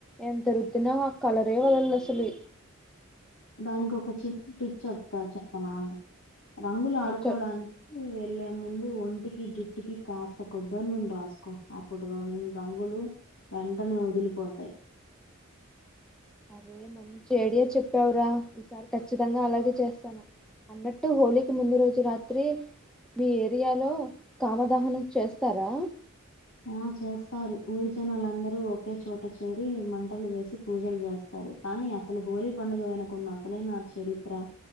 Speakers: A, in the centre; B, on the left.
A: ఎంత రుద్దిన ఆ కలరే వదలు అసలు
B: దానికి ఒక చిన్న టిప్ చెప్తా చెప్పనా రంగులు ఆడుకోడాని
A: ఆ చె
B: ను వెళ్ళే ముందు ఒంటికి జుట్టుకి కాస్త కొబ్బర్ నూన్ రాసుకో అప్పుడు రం రంగులు వెంటనే వదిలిపోతాయి
A: అరే మంచి ఐడియా చెప్పావురా ఈసారి ఖచ్చితంగా అలాగే చేస్తాను అన్నట్టు హోలీకి ముందు రోజు రాత్రి మీ ఏరియాలో కామదహనం చేస్తారా
B: అ చేస్తారు ఊరి జనాలందరూ ఒకే చోట చేరి మంటలు వేసి పూజలు జేస్తారు కానీ అసలు హోలీ పండుగ వెనక ఉన్న అసలైన చరిత్ర